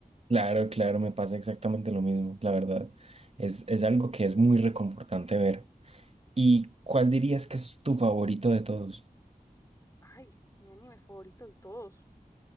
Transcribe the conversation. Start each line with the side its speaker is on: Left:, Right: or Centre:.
Right: claro, claro, me pasa exactamente lo mismo, la verdad. Es, es algo que es muy reconfortante ver. ¿Y cuál dirías que es tu favorito de todos?
Left: Ay, mi anime favorito de todos.